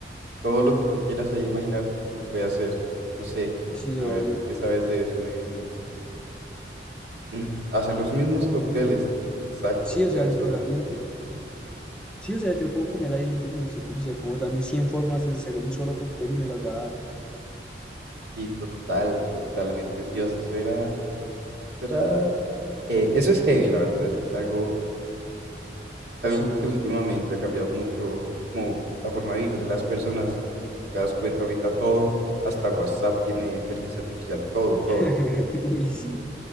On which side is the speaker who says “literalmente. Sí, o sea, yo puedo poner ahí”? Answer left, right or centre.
Centre